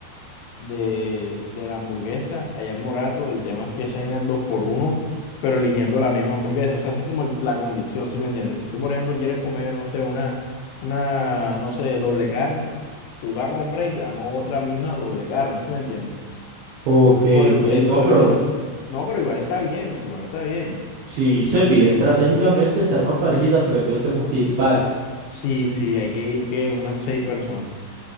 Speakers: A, on the left (about 80°); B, on the right (about 75°).
A: de, de la hamburguesa allá en Morato. El tema es que esa vaina es dos por uno, pero eligiendo la misma hamburguesa. O sea, esa es como el- la condición, ¿sí me entiendes? Si tú, por ejemplo, quieres comer, no sé, una, una, no sé, doble carne, tú la compras y te dan otra misma doble carne, ¿sí me entiendes?
B: Ok,
A: Por el
B: ok,
A: precio
B: no, pero
A: de una. No, pero igual está bien, igual está bien.
B: si se pide estratégicamente, se arman parejitas, pero entonces tenemos que ir pares.
A: Sí, sí, hay que ir que unas seis personas.